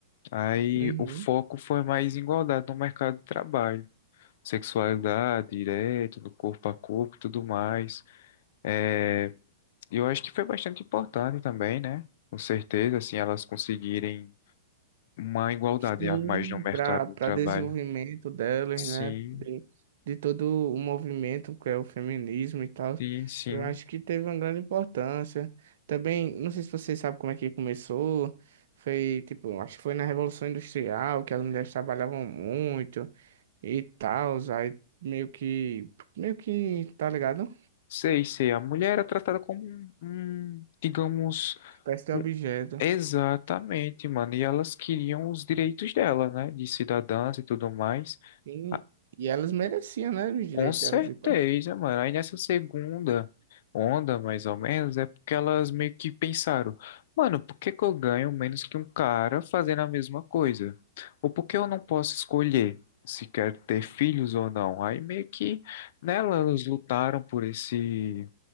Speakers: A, on the left; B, on the right.
A: Aí
B: Uhum.
A: o foco foi mais igualdade no mercado de trabalho. Sexualidade, direito, do corpo a corpo e tudo mais. É, eu acho que foi bastante importante também, né? Com certeza, assim, elas conseguirem uma igualdade
B: Sim,
A: a mais no mercado
B: para para
A: de trabalho.
B: desenvolvimento delas,
A: Sim,
B: né? De, de todo o movimento que é o feminismo e tal.
A: Sim, sim.
B: Eu acho que teve uma grande importância. Também, não sei se vocês sabem como é que começou. Foi, tipo, acho que foi na Revolução Industrial que as mulheres trabalhavam muito e tal. Aí meio que, meio que, tá ligado?
A: Sei, sei. A mulher era tratada como um, um, digamos,
B: Espécie de
A: um-
B: objeto.
A: exatamente, mano. E elas queriam os direitos dela, né? De cidadãs e tudo mais.
B: E,
A: Ah,
B: e elas mereciam, né? Os direitos
A: Com certeza,
B: delas e tal.
A: mano. Aí nessa segunda onda, mais ou menos, é porque elas meio que pensaram, mano, por que que eu ganho menos que um cara fazendo a mesma coisa? Ou por que eu não posso escolher se quero ter filhos ou não? Aí meio que, né, elas lutaram por esse.